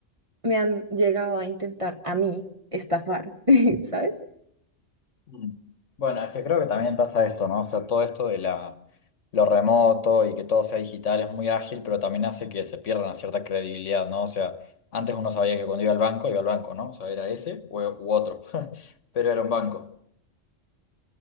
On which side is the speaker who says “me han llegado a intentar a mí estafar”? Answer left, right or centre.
Right